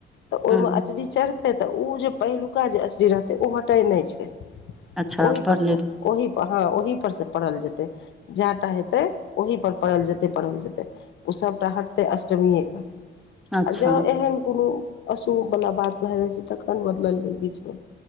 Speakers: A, on the left; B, in the centre.
A: तऽ ओहिमे
B: ह
A: अचरी चढ़ते ते उ जे पहिलुका जे असी रहते ओ हटे नय छै
B: अच्छा
A: ओहि
B: पनीर
A: पर से ओहि पर हँ ओहि पर से पढ़ल जेतै जाटा हेतै ओहि पर से पढ़ल जेतै पढ़ल जेतै उस सबटा हटते अष्टमीये कऽ
B: अच्छा
A: आ जै एहन कोनो अशुभ वला बात भए जाइ छै तखन बदलल गेल बीचमे